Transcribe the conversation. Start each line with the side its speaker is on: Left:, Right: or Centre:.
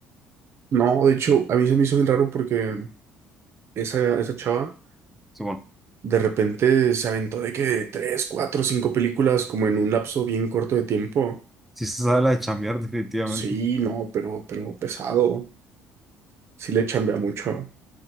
Right: No, de hecho, a mí se me hizo bien raro porque esa, esa chava
Centre: Simón.
Right: de repente se aventó de que tres, cuatro, cinco películas como en un lapso bien corto de tiempo.
Centre: Sí se sabe la de chambear, definitivamente.
Right: Sí, no, pero, pero pesado. Sí le chambea mucho.